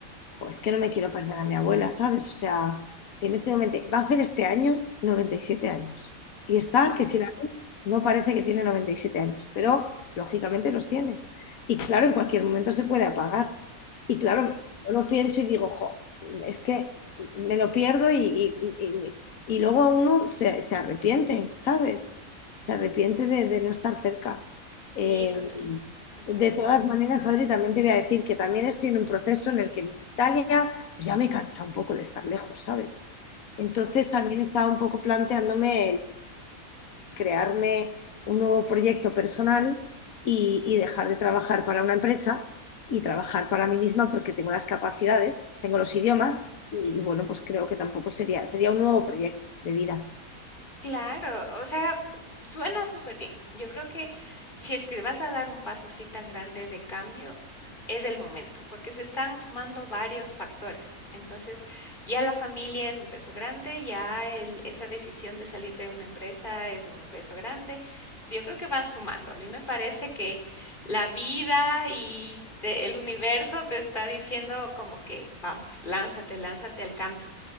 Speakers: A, on the left (about 70°); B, on the left (about 35°).
A: jo, es que no me quiero perder a mi abuela, ¿sabes? O sea, tiene 90, va a hacer este año 97 años. Y está
B: Wow,
A: que si la ves, no parece que tiene 97 años, pero lógicamente los tiene. Y claro, en cualquier momento se puede apagar. Y claro,
B: claro.
A: yo lo pienso y digo, jo, es que me lo pierdo y, y- y- y luego uno se, se arrepiente, ¿sabes? Se arrepiente de, de no estar cerca.
B: Sí,
A: Eh,
B: total, total.
A: de todas maneras, Adri, también te voy a decir que también estoy en un proceso en el que en Italia, pues ya me cansa un poco de estar lejos, ¿sabes? Entonces
B: Oh,
A: también estaba un poco planteándome el crearme un nuevo proyecto personal y, y dejar de trabajar para una empresa y trabajar para mí misma porque tengo las capacidades, tengo los idiomas y, y bueno, pues creo que tampoco sería, sería un nuevo proyecto de vida.
B: claro, o sea, suena súper bien. Yo creo que si es que vas a dar un paso así tan grande de cambio, es el momento, porque se están sumando varios factores. Entonces, ya la familia es un peso grande, ya el- esta decisión de salir de una empresa es un peso grande. So, Yo creo que van sumando. A mí me parece que la vida y te- el universo te está diciendo como que, vamos, lánzate, lánzate al cambio.